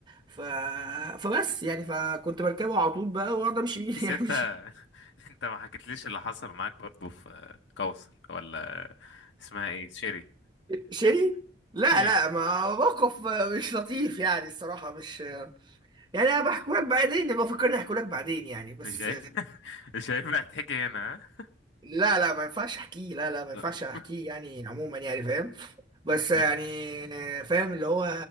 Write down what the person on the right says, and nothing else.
ف... فبس يعني فكنت بركبه على طول بقى واقعد امشي بيه
<laughs> يعني
شيري لا
لا ما موقف مش لطيف يعني الصراحة مش يعني أنا بحكي لك بعدين يبقى فكرني أحكي لك بعدين يعني بس
لا لا ما ينفعش أحكيه لا لا ما
ينفعش أحكيه يعني عموما يعني فاهم بس يعني
فاهم اللي هو